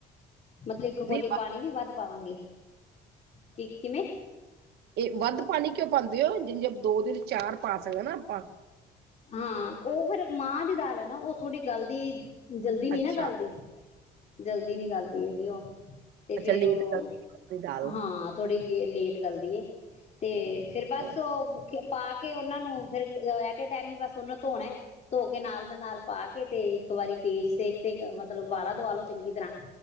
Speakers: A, on the left (about 40°); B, on the right (about 75°).
A: ਮਤਲਬ ਇੱਕ ਕੋਲੀ
B: ਨਹੀਂ
A: ਪਾਣੀ ਵੀ ਵੱਧ ਪਾਵਾਂਗੇ ਕਿ ਕਿਵੇਂ
B: ਇਹ ਵੱਧ ਪਾਣੀ ਕਿਉਂ ਪਾਉਂਦੇ ਹੋ ਜਿੀਆਂ ਦੋ ਦਿਨ ਚਾਰ ਪਾ ਸਕਦੇ ਨਾ ਹ
A: ਹਾਂ ਉਹ ਫੇਿਰ ਮਾਂ ਦੀ ਦਾਲ ਆ ਨਾ ਉਹ ਥੋੜ੍ਹੀ ਗਲਦੀ ਜਲਦੀ ਨੀ
B: ਅੱਛਾ
A: ਨਾ ਗੱਲਦੀ ਜਲਦੀ ਨੀ ਗੱਲਦੀ ਹੈਗੀ ਉਹ ਤੇ
B: ਅੱਛਾ
A: ਫੇਿਰ
B: ਲੇਟ
A: ਉਹ
B: ਦੀ ਦਾਲ
A: ਹਾਂ ਥੋੜੀ ਲੇਟ ਕਰੱਲਦੀ ਤੇ ਫੇਰ ਬੱਸ
B: ਹੈ
A: ਉਹ ਮੁ ਪਾ ਕੇ ਉਹਨਾਂ ਨੂੰ ਫਿਰ ਐਟੇ ਟਾਈਮੀ ਬਸ ਉਹਨੂੰ ਧੋਣਾ ਧੋ ਕੇ ਨਾਲ ਦਾ ਨਾਲ ਪਾ ਕੇ ਤੇ ਇੱਕ ਵਾਰੀ ਤੇਜ਼ ਸੇਕ ਤੇ ਮਤਲਬ ਉਬਾਲਾ ਦਵਾ ਲੋ ਚੰਗੀ ਤਰ੍ਹਾਂ